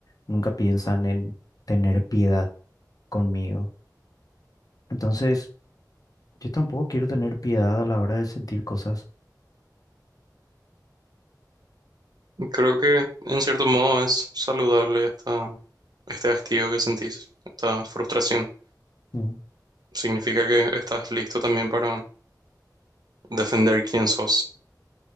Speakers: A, on the left (about 55°); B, on the right (about 65°).
A: Nunca piensan en tener piedad conmigo. Entonces, yo tampoco quiero tener piedad a la hora de sentir cosas.
B: Creo que en cierto modo es saludable esta, este hastío que sentís, esta frustración.
A: Mm.
B: Significa que estás listo también para defender quién sos